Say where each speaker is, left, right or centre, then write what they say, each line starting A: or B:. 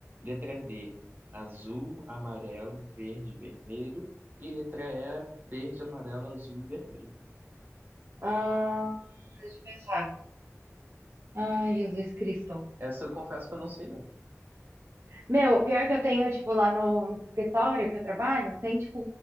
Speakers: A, on the right; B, on the right.
A: Letra D, azul, amarelo, verde, e vermelho. E letra E, verde, amarelo, azul e vermelho.
B: ah, deixa eu pensar. Ai, Jesus Cristo.
A: Essa eu confesso que eu não sei, não.
B: Meu, pior que eu tenho, tipo, lá no, no escritório que eu trabalho, tem, tipo,